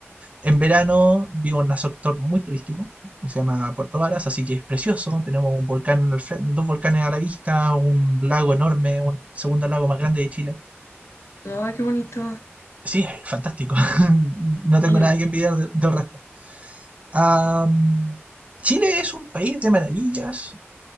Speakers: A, on the right; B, on the left.
A: En verano vivo en un sector muy turístico, que se llama Puerto Varas, así que es precioso. Tenemos un volcán al fren- dos volcanes a la vista, un lago enorme, un segundo lago más grande de Chile.
B: Ay, qué bonito.
A: Sí, es fantástico. <laughs> No tengo
B: Mm,
A: nada que envidiar de- del resto. Am, Chile es un país de maravillas.